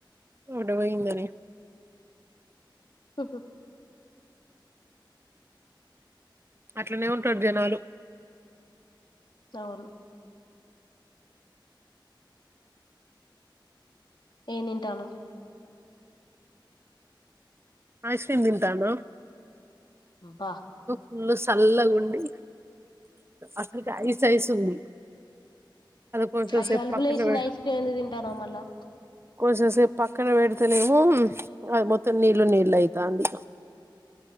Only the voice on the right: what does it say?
ముట పోయిందని
అట్లనే ఉంటాడు జనాలు
ఐస్ క్రీమ్ తింటాన
ఫుల్లు సల్లగుండి అసలుకి ఐస్ ఐస్ ఉంది కొంచెం
సేపు
పక్కన
పె
కొంచెంసేపు పక్కన పేడతే నేమో అది మొత్తం నీళ్ళు నీళ్లు అయితాంది